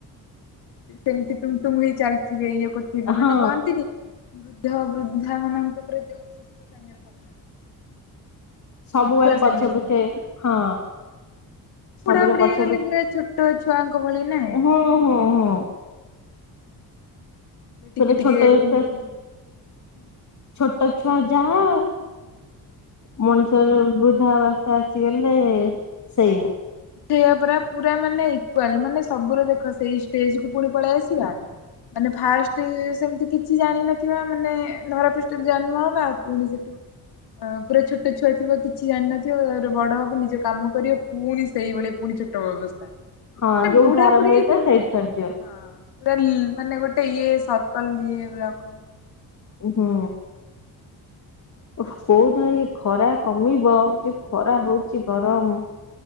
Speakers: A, on the left (about 80°); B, on the left (about 45°).
A: ସେମ୍ତି ଟୁମଟୁମ୍ ହେଇ ଚାଲିଥିବେ ଇଏ କରଥିବେ ମାନେ
B: ହଁ
A: କହନ୍ତିନି ବୃଦ୍ଧ ବୃଦ୍ଧା ମାନଙ୍କ ଉପରେ ଯୋଉ ଶିୁଶୁ ସାଙ୍ଗେରେ <unintelligible>
B: ସବୁବେଳେ ପଛେ-ପଛେ
A: ସାଙ୍ଗେ ସମାନ
B: ହଁ। ସବୁବେଳେ
A: ବୁଢା ବୁଢୀ
B: ପଛ-ପଛ
A: ହେଇଗଲେ ପୁରା ଛୋଟ ଛୁଆଙ୍କ ଭଳି ନାହିଁ
B: ହୁଁ-ହୁଁ-ହୁଁ। ସେଟା
A: ଟିକେ-ଟିକେ
B: ଛୋଟ
A: <inaudible>
B: ସେ ଛୋଟ ଛୁଆ ଯାହା ମଣିଷର ବୃଦ୍ଧା ଅବାସ୍ଥା ଆସିଗଲେ ସେଇଆ।
A: ସେଇଆ ପରା, ପୁରା ମାନେ ଇକ୍ୱାଲ୍ ମାନେ ସବୁରେ ଦେଖ ସେଇ ଷ୍ଟେଜକୁୁ ପୁଣି ପଳେଇ ଆସିବା।
B: ହ
A: ମାନେ ଫାଷ୍ଟେ ସେମ୍ କିଛି ଜାଣିନଥିବା ମାନେ ଧରାପୃଷ୍ଠରେ ଜନ୍ମ ହବା, ଆଉ ପୁଣି ସେଠୁ ଅଁ ପୁରା ଛୋଟ ଛୁଆ ଥିବ କି ଛି ଜାଣିନଥିବ ତାପରେ ବଡ ହବ ନିଜ କାମ କରିବ ପୁଣି ସେଇଭଳି ପୁଣି ଛୋଟ ବେଳ ଅବସ୍ଥା।
B: ହଁ
A: <unintelligible>
B: ଯୋଉଠୁ
A: ବୁଢାବୁଢି
B: ଆରମ୍ଭ ହେଇଥିବ
A: <unintelligible>
B: ସେଇଠି
A: ପୁରା
B: ସରିଯିବ
A: ମାନେ ଗୋଟେ ଇଏ ସର୍କଲ୍ ଇଏ <unintelligible>
B: ଉହୁଁ। ଓହ୍ କୋଉଦିନ ଇଏ ଖରା କମିବ, ଇଏ ଯୋଉ ଖରା ହଉଚି ଗରମ୍